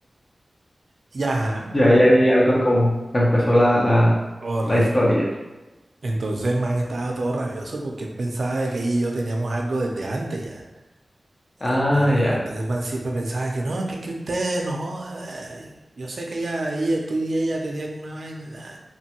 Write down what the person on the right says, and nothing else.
y ajá,
correcto.
Entonces, man, estaba todo rabioso porque él pensaba de que ella y yo teníamos algo desde antes ya.
El man-
Entonces el man siempre pensaba que no, que que usted no joda. eh, Yo, yo sé que ella, ella- tú y ella tenían una vaina. nah.